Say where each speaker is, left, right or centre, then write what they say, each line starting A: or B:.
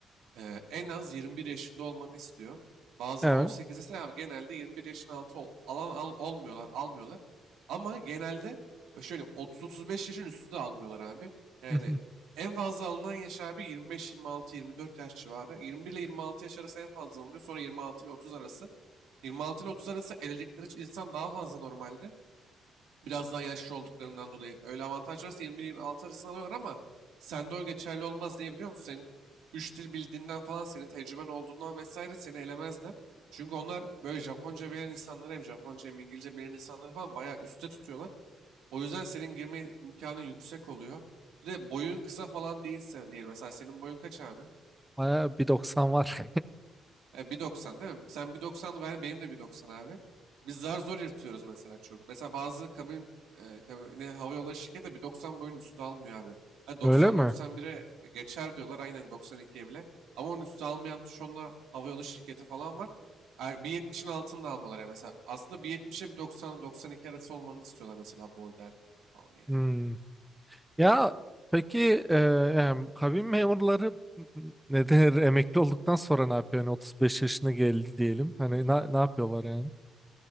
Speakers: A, on the right (about 85°); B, in the centre.
A: Ee, en az 21 yaşında olmanı istiyor. Bazıları
B: Evet.
A: 18 desen abi genelde 21 yaşın altı ol- alan al, olmuyorlar, almıyorlar. Ama genelde e, şöyle diyeyim, 30-35 yaşın üstü de almıyorlar abi.
B: <laughs>
A: Yani
B: Hı hı.
A: en fazla alınan yaş abi 25-26-24 yaş civarı. 21 ile 26 yaş arası en fazla alınıyor. Sonra 26 ile 30 arası. 26 ile 30 arası evlilikleri insan daha fazla normalde. Biraz daha yaşlı olduklarından dolayı. Öyle avantaj varsa 21-26 arasını alıyorlar ama sende o geçerli olmaz. Niye biliyor musun? Senin 3 dil bildiğinden falan, senin tecrüben olduğundan vesaire seni elemezler. Çünkü onlar böyle Japonca bilen insanları hem Japonca hem İngilizce bilen insanları falan bayağı üstte tutuyorlar. O yüzden senin girme imkanın yüksek oluyor. Bir de boyun kısa falan değilse diyelim. Mesela senin boyun kaç abi?
B: Bayağı bir doksan var.
A: E, bir doksan değil mi? Sen 1.90, ben, benim de bir doksan abi. Biz zar zor yırtıyoruz mesela çok. Mesela bazı kabin, e, kabine, hava yolları şirketi de bir doksan boyun üstü almıyor abi. Hani doksan
B: <laughs> Öyle mi?
A: doksan bir'e geçer diyorlar aynen doksan ikiye bile. Ama onun üstü almayan tuşonla hava yolu şirketi falan var. Er- bir yetmişin altını da almıyorlar ya mesela. Aslında 1.70'e doksan iki arası olmanı istiyorlar mesela boyda erkek falan yani.
B: Hmm. Ya peki e, yani kabin memurları ne der emekli olduktan sonra ne yapıyor? Yani 35 yaşına geldi diyelim. Hani na- ne yapıyorlar yani?